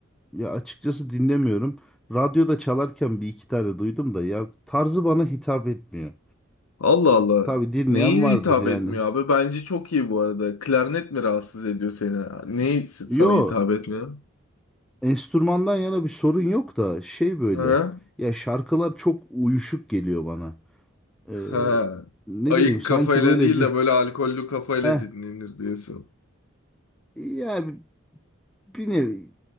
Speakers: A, in the centre; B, on the left.
A: Ya açıkçası dinlemiyorum. Radyoda çalarken bir iki tane duydum da ya tarzı bana hitap etmiyor.
B: Allah Allah.
A: Tabii dinleyen
B: Neyi
A: vardır
B: hitap
A: yani.
B: etmiyor abi? Bence çok iyi bu arada. Klarnet mi rahatsız ediyor seni? Neyi sana
A: Yo,
B: hitap etmiyor?
A: enstrümandan yana bir sorun yok da şey böyle.
B: Ha?
A: Ya şarkılar çok uyuşuk geliyor bana. Ee,
B: Ha.
A: ne
B: Ayık
A: bileyim sanki
B: kafayla
A: böyle
B: değil
A: bir
B: de böyle alkollü kafayla
A: heh,
B: dinlenir diyorsun.
A: ya bir nevi